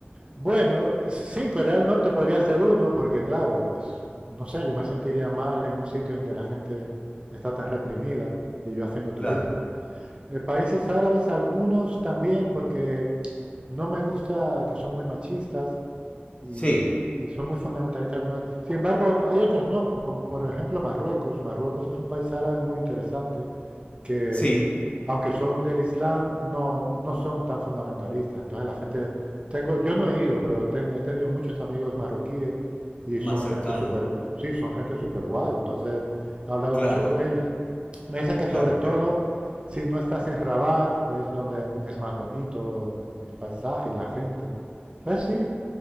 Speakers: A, on the right; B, on the left.
A: Bueno, sí, Corea del Norte podría ser uno, porque claro, es- no sé, yo me sentiría mal en un sitio donde la gente está tan reprimida y yo haciendo turismo.
B: Claro.
A: Eh, países árabes, algunos también, porque no me gusta que son muy machistas y,
B: Sí,
A: y son muy fundamentalistas algunos. Sin embargo, ot- hay otros no, como por ejemplo Marruecos. Marruecos es un país árabe muy interesante que,
B: Sí,
A: aunque son del Islam, no, no son tan fundamentalistas. Entonces la gente, tengo, yo no he ido, pero ten- he tenido muchos amigos marroquíes y
B: más
A: son
B: cercano.
A: gente súper, sí, son gente súper guay. Entonces he hablado
B: Claro,
A: mucho con ellos. Me dicen que sobre
B: claro,
A: todo,
B: claro.
A: si no estás en Rabat, es donde m- es más bonito el paisaje y la gente. Entonces sí,